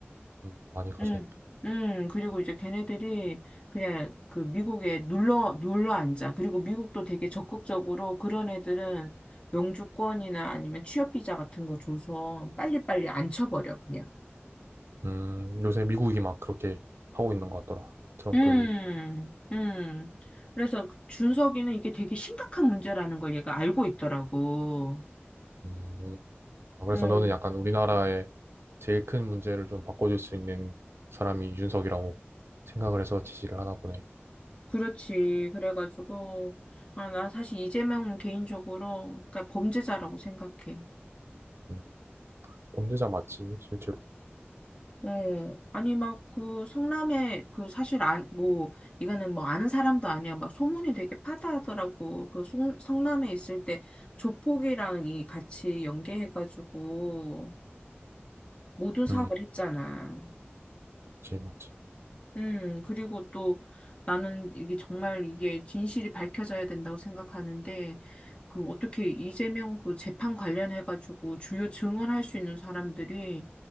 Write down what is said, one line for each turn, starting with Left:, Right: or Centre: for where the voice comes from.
Right: 음, 많이 가져.
Left: 음, 음, 그리고 이제 걔네들이 그냥 그 미국에 눌러, 눌러 앉아. 그리고 미국도 되게 적극적으로 그런 애들은 영주권이나 아니면 취업비자 같은 거 줘서 빨리빨리 앉혀버려, 그냥.
Right: 음, 요새 미국이 막 그렇게 하고 있는 것 같더라. 트럼프.
Left: 음, 음. 그래서 그 준석이는 이게 되게 심각한 문제라는 걸 얘가 알고 있더라고.
Right: 음, 아, 그래서
Left: 음,
Right: 너는 약간 우리나라의 제일 큰 문제를 좀 바꿔줄 수 있는 사람이 이준석이라고 생각을 해서 지시를 하나 보네.
Left: 그렇지. 그래가지고, 아, 나 사실 이재명은 개인적으로, 그러니까 범죄자라고 생각해.
Right: 음, 범죄자 맞지, 실제로.
Left: 네. 아니, 막, 그, 성남에, 그, 사실, 안, 뭐, 이거는 뭐, 아는 사람도 아니야. 막, 소문이 되게 파다하더라고. 그, 송, 성남에 있을 때, 조폭이랑 이 같이 연계해가지고, 모든 사업을
Right: 음,
Left: 했잖아.
Right: 맞지, 맞지.
Left: 음, 그리고 또 나는 이게 정말 이게 진실이 밝혀져야 된다고 생각하는데, 그 어떻게 이재명 그 재판 관련해가지고 주요 증언할 수 있는 사람들이